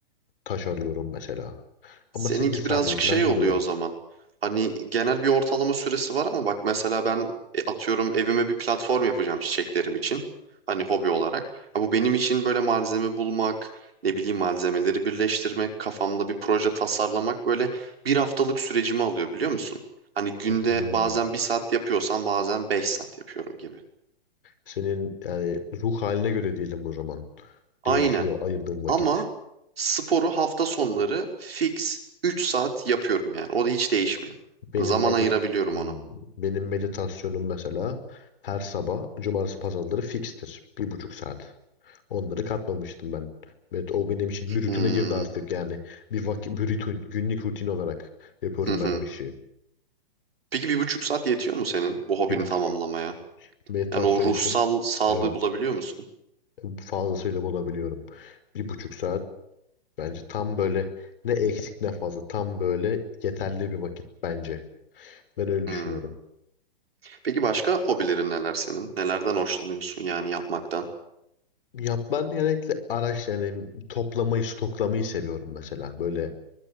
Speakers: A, on the left; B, on the right.
A: Taş arıyorum mesela. Ama
B: Seninki
A: 8 saatimi
B: birazcık
A: falan
B: şey oluyor
A: buluyor.
B: o zaman. Hani genel bir ortalama süresi var ama bak mesela ben e, atıyorum evime bir platform yapacağım çiçeklerim için. Hani hobi olarak. Ha, bu benim için böyle malzeme bulmak, ne bileyim malzemeleri birleştirmek, kafamda bir proje tasarlamak böyle bir haftalık sürecimi alıyor biliyor musun? Hani günde
A: Hmm.
B: bazen bir saat yapıyorsam bazen beş saat yapıyorum gibi.
A: Senin yani ruh haline göre değilim o zaman.
B: Aynen
A: Değişiyor ayırdığım vakit.
B: ama sporu hafta sonları fix 3 saat yapıyorum yani o da hiç değişmiyor.
A: Benim
B: Yani Zaman
A: medit
B: ayırabiliyorum
A: Hmm,
B: ona.
A: benim meditasyonum mesela her sabah cumartesi pazarları fikstir. Bir buçuk saat. Onları katmamıştım ben. Evet, o benim için bir rutine
B: Hmm,
A: girdi artık yani. Bir vakit, bir rutin, günlük rutin olarak yapıyorum
B: Hı hı.
A: ben o işi.
B: Peki bir buçuk saat yetiyor mu senin bu hobini
A: Bir buçuk
B: tamamlamaya?
A: Meditasyon
B: Yani o ruhsal
A: için
B: sağlığı
A: evet
B: bulabiliyor musun?
A: fazlasıyla bulabiliyorum. Bir buçuk saat bence tam böyle ne eksik ne fazla tam böyle yeterli bir vakit bence. Ben öyle
B: Hmm.
A: düşünüyorum.
B: Peki başka hobilerin neler senin? Nelerden hoşlanıyorsun yani yapmaktan?
A: Ya ben genellikle araç yani toplamayı stoklamayı seviyorum mesela. Böyle